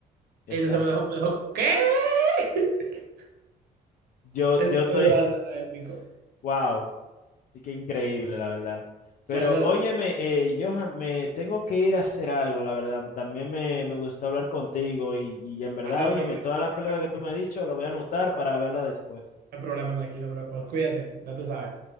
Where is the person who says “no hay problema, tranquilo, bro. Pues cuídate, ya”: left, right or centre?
Right